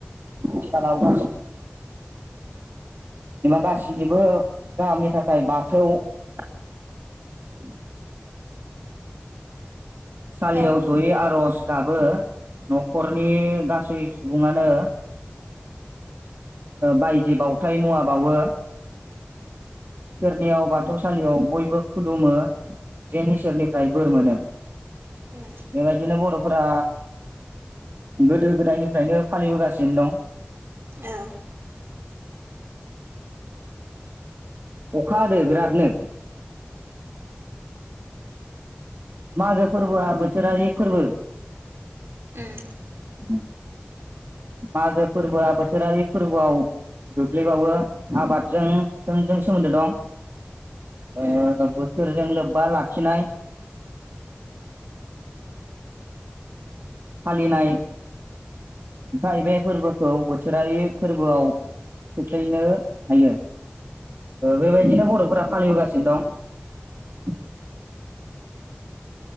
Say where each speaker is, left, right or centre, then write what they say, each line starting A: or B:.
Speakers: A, on the right; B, on the right.
A: सानाव एबा गासैनिबो गाहामनि थाखाय बाथौ <inaudible> सालियाव
B: औ
A: जयो आरज गाबो नखरनि गासै सुबुङानो बायदि बावउथाय मुवा बावो सोरनियाव बाथौसालियाव बयबो खुलुमो जे इसोरनिफ्राय बोर मोनो
B: उम
A: बेबायदिनो बरफोरा गोदो गोदायनिफ्रायनो फालिबोगासिनो दं
B: औ
A: अखा हादो बिरादनो मागो फोरबोआ बोथोरारि फोरबो
B: उम
A: <inaudible> मागो फोरबोआ बोथोरारि फोरबोआव गोग्लैबावो आबादजों थोंजों सोमोन्दो दं
B: उम
A: आ बोथोरजों लोब्बा बा लाखिनाय फालिनाय जाहैबाय बे फोरबोखौ बोथोरारि फोरबोआव खोख्लैनो हायो बेबायदिनो बरफोरा फालिबोगासिनो दं